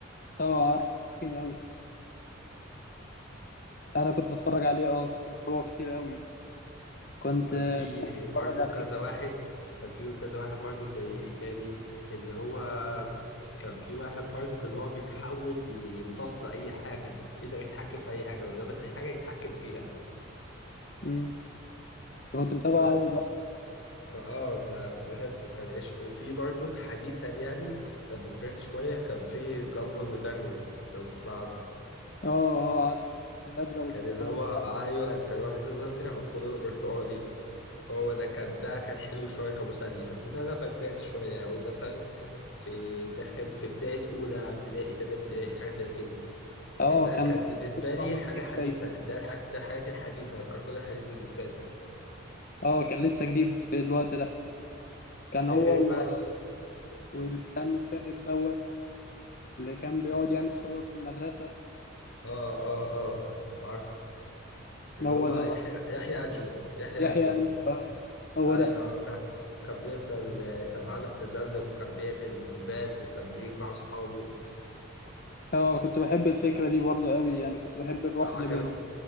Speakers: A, on the left; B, on the left.
A: اه عارف تخين قوي انا كنت بتفرج عليه اه كنت بتابعه كتير قوي كنت
B: وكان
A: آه،
B: في
A: بحب
B: برضه
A: اتفرج عليه
B: كذا واحد كان في كذا واحد برضه زي ايه تاني اللي هو كان في واحد برضو اللي هو بيتحول يمتص اي حاجه يقدر يتحكم في اي حاجه لو لابس اي حاجه يتحكم فيها
A: امم كنت متابعه
B: ف
A: قوي بقى
B: فاه ده كنت بحبه كان عشق وفي برضو حديثا يعني لما كبرت شويه كان في جامبل وداروين لو تسمع عنه
A: اه اه عارف الازرق والبرتقاني
B: كان اللي هو ايوه كان واحد ازرق وكله برتقالي فهو ده كان ده كان حلو شويه كمسلي بس ده لما كبرت شويه يعني اقول مثلا في داخل في بدايه اولى ابتدائي تانية ابتدائي حاجه زي كده يعني
A: اه
B: ده
A: كان
B: كان بالنسبة
A: لسه
B: لي
A: معمول
B: حاجة
A: فيه
B: حديثة
A: زي
B: ده الح... ده الحاجات الحديثة الكرتون الحديث بالنسبة لي
A: اه كان لسه جديد في الوقت ده كان
B: ده
A: هو
B: غير بقى
A: و... والبتاع المرتغب دوت اللي كان بيقعد يعمل خطط في المدرسة
B: اه اه اه عارف اللي
A: هو
B: هو
A: ده
B: يحيى
A: برضه
B: يحيى أجلو يحيى
A: يحيى
B: أجلو
A: أمين آه، هو
B: أيوه
A: ده
B: ك- كان بيفضل كان معاه تزلج وكان بيعمل مهمات وكان بيجمع صحابه
A: اه كنت بحب الفكرة دي برضه قوي يعني كنت بحب الروح
B: عجب...
A: اللي بينهم